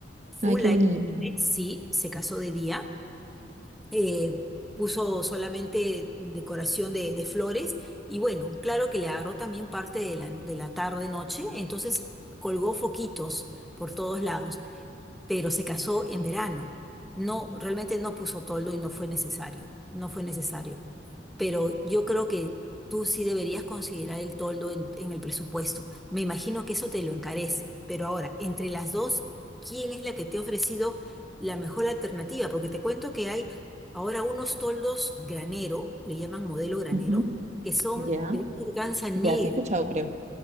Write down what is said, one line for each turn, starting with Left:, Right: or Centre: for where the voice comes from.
Centre: full
Right: Ay, qué
Centre: aire
Right: bonito.
Centre: libre, sí, se casó de día eh, puso solamente decoración de, de flores y bueno, claro que le agarró también parte de la, de la tarde-noche, entonces colgó foquitos por todos lados, pero se casó en verano. No, realmente no puso toldo y no fue necesario, no fue necesario pero yo creo que tú sí deberías considerar el toldo en, en el presupuesto. Me imagino que eso te lo encarece, pero ahora, entre las dos, ¿quién es la que te ha ofrecido la mejor alternativa? Porque te cuento que hay ahora unos toldos granero, le llaman modelo granero,
Right: Ujú.
Centre: que son
Right: Ya.
Centre: de una organza negra.
Right: Ya, sí he escuchado, creo.